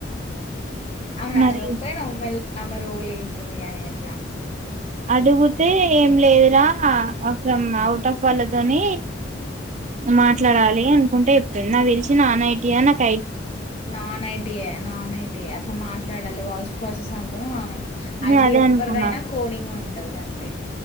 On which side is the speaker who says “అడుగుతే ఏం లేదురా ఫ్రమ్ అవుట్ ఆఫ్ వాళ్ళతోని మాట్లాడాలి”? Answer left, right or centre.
Right